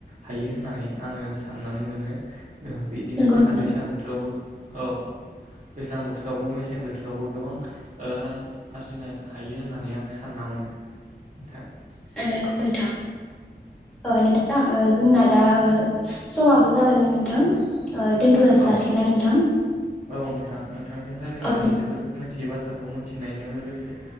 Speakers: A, on the right (about 50°); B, in the centre.
A: हायो होननानै आङो साननानै मोनो। बिदिनो
B: नंगौ
A: जोंना
B: नोंथां
A: दैज्लां बोथोरावबो औ। <inaudible> बोथोरावबो मेसें बोथोरावबो गोबां रां आरजिनो हायो होननानै आं सानना मोनो नोंथां।
B: आरो नोंगौ नोंथां। नोंथां जोंना दा समाबो जाबायमोन नोंथां। ओ दोनथ'
A: औ
B: जासिगोनना नोंथां?
A: औ नोंथां नोंथांजों रायजलायनानै
B: औ
A: जोबोर मिथियै बाथ्राखौ मिथिनाय बेजों लोगोसे